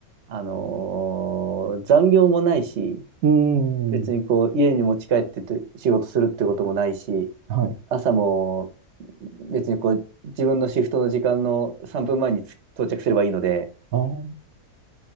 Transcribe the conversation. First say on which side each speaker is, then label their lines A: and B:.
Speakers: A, on the right; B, on the right.
A: あのー残業もないし、
B: うん。
A: 別にこう、家に持ち帰ってと仕事するってこともないし、
B: はい。
A: 朝も別にこう、自分のシフトの時間の3分前につ到着すればいいので、
B: ああ、